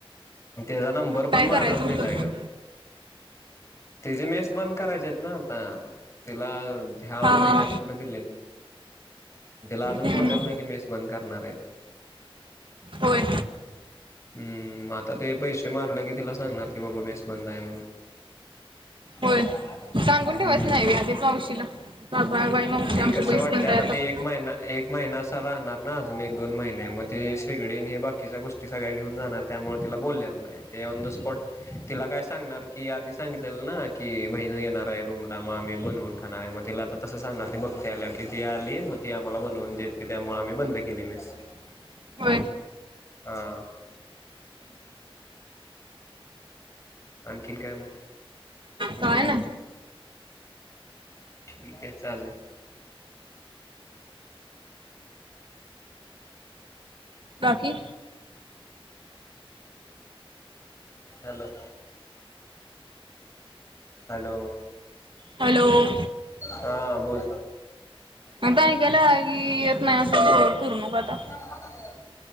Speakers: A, on the left; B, on the right.
A: तेचा नंबर
B: काय
A: पण
B: करायचं
A: माझाच दिलाय
B: होतं
A: ग. तिचेे मेस बंद करायचे आहेत ना आता तिला ह्या
B: हा
A: महिन्याच
B: हा
A: कुठे दिलेल तिला अजून
B: हम्म
A: बोललेलं नाही कि मेस बंद करणार आहे ते.
B: होय.
A: हम् आता ते पैसे मारलं की तिला सांगणार की बाबा मेस बंद आहे म्हणून.
B: होय
A: <inaudible>
B: सांगून
A: हम्म
B: ठेवायच नाही वय आधीच मावशीला बा बा बाई मग
A: ते
B: आमची
A: कसं
B: मेस
A: वाटतं
B: बंद आहे आता.
A: ते एक महिना एक महिना असा राहणार ना अजून एक दोन महिने मग ते शेगडीन हे बाकीच्या गोष्टी सगळ्या घेऊन जाणार त्यामुळे तिला बोललेलं नाही ते ऑन द स्पॉट तिला काय सांगणार की आधी सांगितल ना की बहिण येणार आहे रूमला मग आम्ही बनवून खाणार आहे मग तिला आता तसं सांगणार ती बघती आल्या की ती आली मग ती आम्हाला बनवून देते त्यामुळे आम्ही बंद केली मेस.
B: <unintelligible>
A: हा. आणखीन काय म?
B: काय नाय.
A: ठीक आहे चालेल
B: बाकी?
A: हॅलो. हॅलो
B: हॅलो
A: हा बोल.
B: अता आयकायल येत नाही करू नको
A: <inaudible>
B: आता.